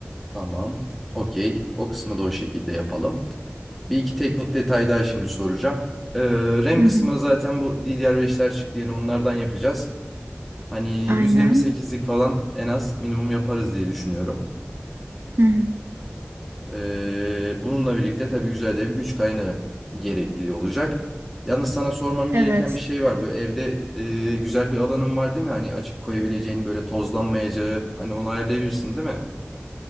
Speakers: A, in the centre; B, on the right.
A: Tamam. Okey. O kısmı da o şekilde yapalım. Bir iki teknik detay daha şimdi soracağım. Ee, RAM
B: Hı
A: kısmı
B: hı.
A: zaten bu ddr beşler çıktı yeni onlardan yapacağız. Hani
B: Aynen.
A: 128'lik falan en az minimum yaparız diye düşünüyorum.
B: Hı hı.
A: Ee, bununla birlikte tabii güzel de bir güç kaynağı gerekli olacak. Yalnız sana sormam gereken
B: Evet.
A: bir şey var. Böyle evde e, güzel bir alanın var değil mi? Hani açık koyabileceğin böyle tozlanmayacağı hani onu ayarlayabilirsin değil mi?